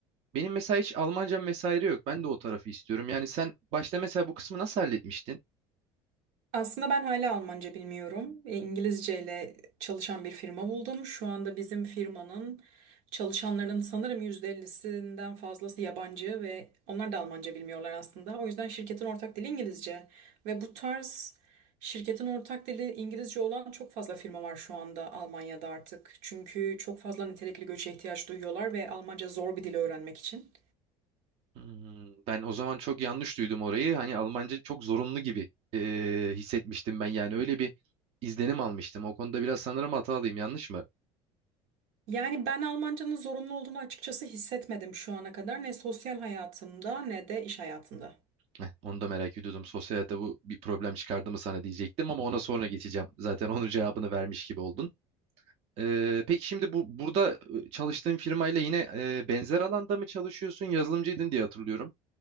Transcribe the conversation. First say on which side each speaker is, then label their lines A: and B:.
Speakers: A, on the right (about 50°); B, on the right (about 75°).
A: Benim mesela hiç Almancam vesaire yok. Ben de o tarafı istiyorum. Yani sen başta mesela bu kısmı nasıl halletmiştin?
B: Aslında ben hala Almanca bilmiyorum. E, İngilizce ile çalışan bir firma buldum. Şu anda bizim firmanın çalışanlarının sanırım %50'sinden fazlası yabancı ve onlar da Almanca bilmiyorlar aslında. O yüzden şirketin ortak dili İngilizce. Ve bu tarz şirketin ortak dili İngilizce olan çok fazla firma var şu anda Almanya'da artık. Çünkü çok fazla nitelikli göçe ihtiyaç duyuyorlar ve Almanca zor bir dil öğrenmek için.
A: Hmm, ben o zaman çok yanlış duydum orayı. Hani Almanca çok zorunlu gibi eee, hissetmiştim ben. Yani öyle bir izlenim almıştım. O konuda biraz sanırım hatalıyım. Yanlış mı?
B: Yani ben Almancanın zorunlu olduğunu açıkçası hissetmedim şu ana kadar. Ne sosyal hayatımda ne de iş hayatımda.
A: Heh, onu da merak ediyordum. Sosyal hayatta bu bir problem çıkardı mı sana diyecektim ama ona sonra geçeceğim. Zaten onun cevabını vermiş gibi oldun. Eee, peki şimdi bu burada e, çalıştığın firmayla yine e, benzer alanda mı çalışıyorsun? Yazılımcıydın diye hatırlıyorum.